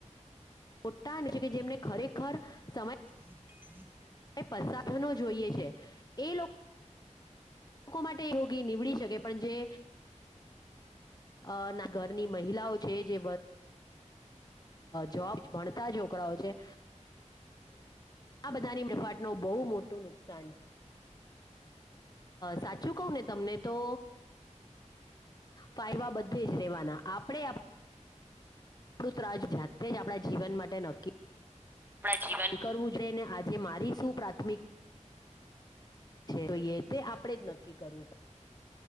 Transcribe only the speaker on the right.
<unintelligible>
આપણા જીવન